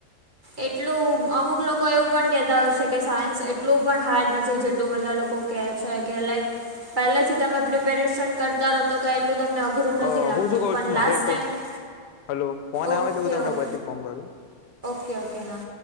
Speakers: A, on the right; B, on the left.
A: એટલું અમુક લોકો એવું પણ કેહેતા હોય છે. કે સાયન્સ એટલું પણ હાર્ડ નથી. જેટલું બધા લોકો કે છે કે લાઈક પહેલાથી તમે પિપ્રેશન કરતા રહોતો કઈ એટલું તમને અઘરું નથી
B: અ
A: લાગતું.
B: હું શું કઉ
A: પણ
B: છું
A: લાસ્ટ
B: મારે એક
A: ટાઈમે.
B: હલો ફોન
A: ઓકે
B: આવે છે હું તમને
A: ઓકે
B: પછી ફોન કરું.
A: ઓકે ઓકે હા.